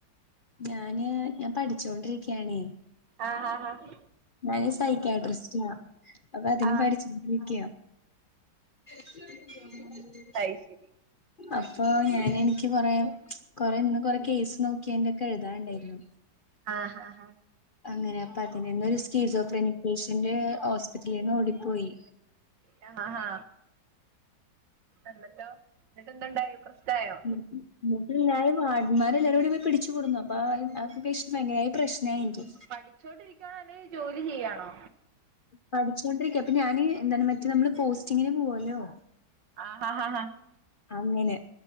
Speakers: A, on the left; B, on the right.
A: ഞാന് ഞാൻ പഠിച്ചോണ്ടിരിക്കാണേ
B: ആഹ് ആഹ്
A: ഞൻ സൈക്യാട്രിസ്റ്റാ അപ്പൊ അതിന്
B: ആഹ്
A: പഠിച്ചോണ്ടിരിക്കാ <inaudible>
B: അയ് ശെരി
A: അപ്പൊ ഞനെനിക്ക് കൊറെ. കൊറെ ഇന്ന് കൊറെ കേസ് നോക്കിയേന്റെക്കെ എഴുതാണ്ടായിരുന്നു.
B: ആ ഹാ ഹ.
A: അങ്ങനെ അപ്പ അതി നിന്നൊരു സ്ക്കീൽസ് ഓഫ് പേഷ്യന്റ് ഹോസ്പിറ്റലീന്ന് ഓടിപ്പോയി.
B: ഹ ഹ ഹാ എന്നട്ടോ എന്നട്ടെന്തണ്ടായി പ്രശ്നായോ?
A: ന്നിട്ട്ല്ലൊരും വാർഡന്മാരെല്ലാരും കൂടി പോയി പിടിച്ചു കൊടുന്നു അപ്പ ആ ആക്കേഷന് ഭയങ്കര പ്രശ്നായി ഇനിക്ക്
B: പഠിച്ചോണ്ടിരിക്കുവാണോ അല്ലെങ്കിൽ ജോലി ചെയ്യാണോ?
A: പഠിച്ചോണ്ടിരിക്കാ അപ്പൊ ഞാന് എന്താണ് മറ്റേ നമ്മള് പോസ്റ്റിങ്ങിന് പോവല്ലോ?
B: ആഹ ഹാ ഹാ ഹാ
A: അങ്ങനെ.